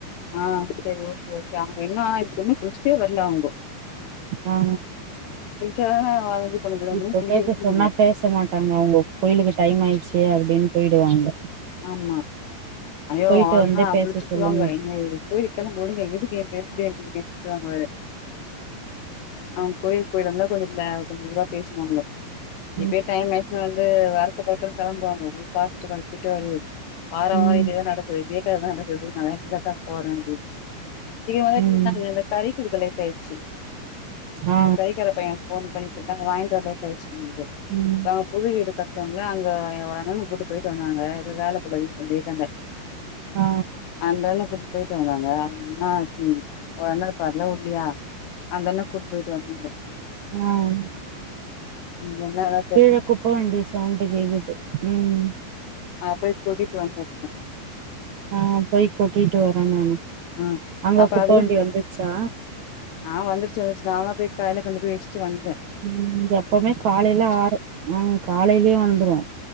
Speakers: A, on the left (about 75°); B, on the right (about 70°).
A: ஆ சரி ஓகே ஓகே அவுங்க இன்னு இதுக்கு இன்னு புடிச்சுட்டே வரல அவுங்க
B: ஆ
A: குளிச்சாதான இது பண்ண முடியு அவங்கெல்லா
B: இப்ப
A: குளிக்கவே
B: பேச சொன்னா
A: இல்ல
B: பேசமாட் டாங்க அவுங்க கோயிலுக்கு டைம் ஆயிடுச்சே அப்டின்னு போயிடுவாங்க
A: ஆமா ஐயோ
B: போயிட்டு
A: அதா
B: வந்து
A: அவுங்க
B: பேச
A: திட்டுவாங்க
B: சொல்லுங்க
A: என்ன கோயிலுக்கு கெளம்பி ஓடுங்க எதுக்கு என் <unintelligible> திட்டு வாங்குவாரு அவுங்க கோயிலுக்கு போயிட்டு வந்தா கொஞ்ச ல கொஞ்ச இதா பேசுவாங்க
B: ம்
A: இப்பயே டைம் ஆச்சுனா வந்து அறக்க பறக்கன் கிளம்புவாங்க <unintelligible> கிட்ட வரு வார
B: ம்
A: வார இதேதா நடக்குது இதே கததா நடக்குது நான் எங்கதா போறே அப்டினு இன்ன வரையு
B: ம்
A: இருந்தாங்க இந்த கறி குடுக்க லேட் ஆயிடுச்சு
B: ஆ
A: இந்த கறிக்கட பையன் ஃபோன் பண்ணி கூப்ட்டாங்க வாங்கிட்டு வர லேட்டாயிடுச்சு <unintelligible>
B: ம்
A: புது வீடு கட்ரோல்ல அங்க ஒரு அண்ணன கூட்டு போயிட்டு வந்தாங்க எதோ வேலை போல வீட்ல வந்து வீட்டாண்ட
B: ஆ
A: அந்த அண்ண கூட்டு போயிட்டு வந்தாங்க அண்ணா ம் ஒரு அண்ணர் பரவா இல்லையா அந்தண்ணா கூட்டுப் போயிட்டு வந்தாங்க
B: ம்
A: நீ என்னாடோ
B: கீழ குப்ப வண்டி சவுண்டு கேக்குது ம்
A: ஆ போய் கொட்டிட்டு வந்துருக
B: ஆ போயி கொட்டிட்டு வரே நானு
A: ம்
B: அங்க
A: அப்ப
B: குப்ப
A: அதுதிங்
B: வண்டி வந்துச்சா
A: ஆ வந்துருச்சு வந்துருச்சு நா தா போயிட்டு காயல கொண்டு போய் வச்சட்டு வந்தே
B: ம் எப்பவுமே காலையில ஆறு ம் காலையிலயே வந்துரு